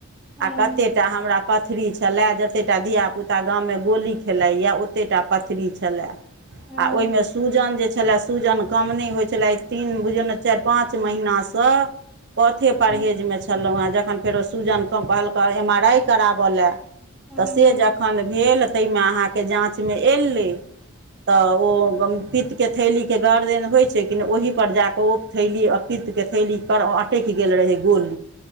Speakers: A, in the centre; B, on the right (about 50°).
A: हँ
B: आ कते टा हमरा पथरी छले जते टा धियापुता गाम मे गोली खेलाय ये ओते टा पथरी छले
A: हँ हँ
B: आ ओहिमे सूजन जे छले सूजन कम नै होइ छले तीन बुझियौ ने चारि पाँच महिना सँ पथे परहेज
A: हँ
B: मे छलौं हेँ जखन फेरो सूजन कहलकै एम आर आइ कराब ले
A: हँ
B: तऽ से
A: हँ
B: जखन भेल तैमे अहाँके जाँचमे एलै तऽ ओ पित्त के थैली के गांठ जेहन होइ छै किने ओहिपर जाकऽ ओ थैली आ पितके थैली पर जा के ओ अटैक गेल रहै गोल